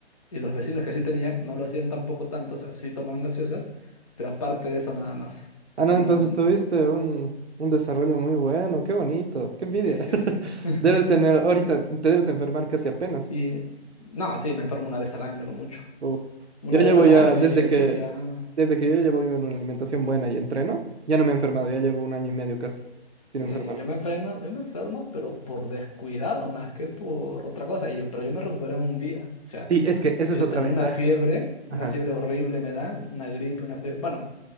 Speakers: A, on the left; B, on the right.
A: Y los vecinos que sí tenían, no lo hacían tampoco tanto. O sea, sí tomaban gaseosa, pero aparte de eso, nada más.
B: Ah,
A: O
B: no,
A: sea,
B: entonces
A: no.
B: tuviste un, un desarrollo muy bueno, qué bonito, qué envidia.
A: Sí, sí.
B: <laughs>
A: <laughs>
B: Debes tener, ahorita te debes enfermar casi apenas.
A: Y no, sí, me enfermo una vez al año, lo mucho.
B: Uf.
A: Una
B: Yo llevo
A: vez al
B: ya,
A: año
B: desde
A: y eso
B: que,
A: ya.
B: desde que yo llevo yo una alimentación buena y entreno, ya no me he enfermado, ya llevo un año y medio casi
A: Sí,
B: sin enfermarme.
A: yo me enfermo, yo me enfermo, pero por descuidado más que por otra cosa. Y yo- pero yo me recuperé en un día. O sea,
B: Sí, es que esa
A: yo
B: es otra
A: tenía
B: ventaja.
A: una fiebre,
B: Ajá.
A: una fiebre horrible me da, una gripe, una fiebre, bueno,